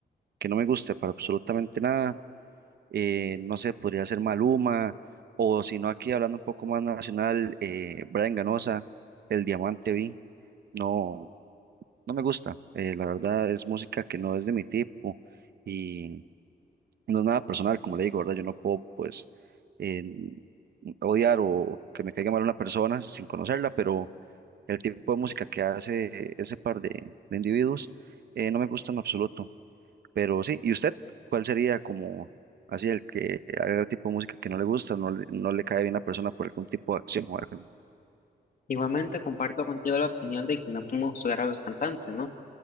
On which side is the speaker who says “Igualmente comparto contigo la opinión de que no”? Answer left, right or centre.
Left